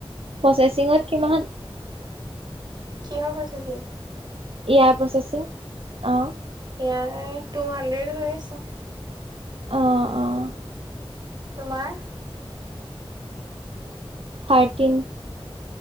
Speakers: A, on the right; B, on the right.
A: প্ৰচেচিঙত কিমান।
B: কিহৰ প্ৰছেচিং।
A: ইয়াৰ প্ৰচেচিং অঁ।
B: ইয়াৰ টু হাণ্ড্ৰেড হৈ আছে।
A: অঁ অঁ
B: তোমাৰ।
A: থাৰ্টিন।